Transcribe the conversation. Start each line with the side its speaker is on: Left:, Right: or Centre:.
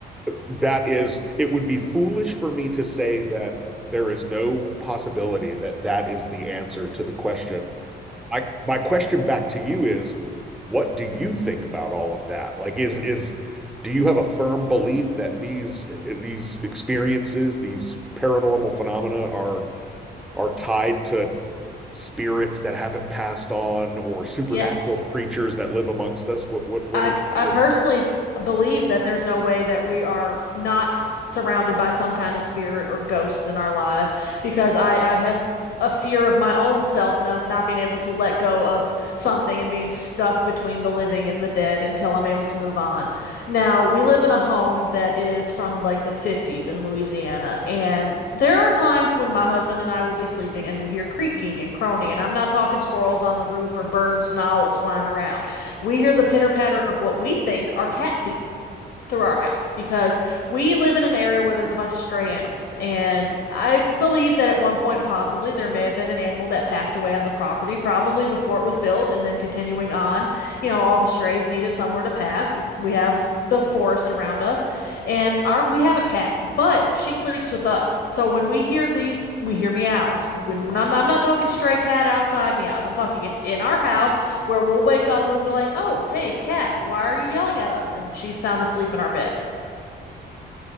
Centre: That is, it would be foolish for me to say that there is no possibility that that is the answer to the question My my question back to you is, what do you think about all of that? Like, is is do you have a firm belief that these these experiences, these paranormal phenomena are are tied to spirits that haven't passed on or supernatural
Left: Yes.
Centre: creatures that live amongst us? What what what
Left: I
Centre: are
Left: I
Centre: your
Left: personally
Centre: thoughts?
Left: believe that there's no way that we are not surrounded by some kind of spirit or ghosts in our lives because I, I have a fear of my own self no, not being able to let go of something and being stuck between the living and the dead until I'm able to move on. Now, we live in a home that is from like the 50s in Louisiana, and there are times when my husband and I will be sleeping and we hear creaking and croning, and I'm not talking squirrels on the roof or birds and owls flying around. We hear the pitter patter of what we think are cat feet through our house because we live in an area where there's a bunch of stray animals. And I believe that at one point, possibly, there may have been an animal that passed away on the property, probably before it was built. And then continuing on, you know, all the strays needed somewhere to pass. We have the forest around around us and our we have a cat but she sleeps with us so when we hear these we hear meows when, when I'm, I'm not talking stray cat outside meows i'm talking it's in our house where we'll wake up and we'll be like oh hey cat why are you yelling at us and she's sound asleep in our bed